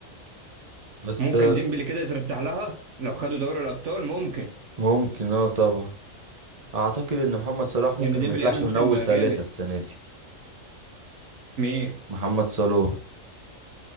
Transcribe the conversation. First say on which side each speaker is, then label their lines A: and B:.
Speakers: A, on the right; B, on the right.
A: بس
B: ممكن
A: آه،
B: ديمبلي كده يترشح لها لو خدوا دوري الابطال ممكن
A: ممكن اه طبعا اعتقد ان محمد صلاح
B: لان
A: ممكن
B: ديمبلي
A: ما يطلعش
B: عامل موسم
A: من اول ثلاثة
B: جامد
A: السنة دي
B: مين
A: محمد صلاح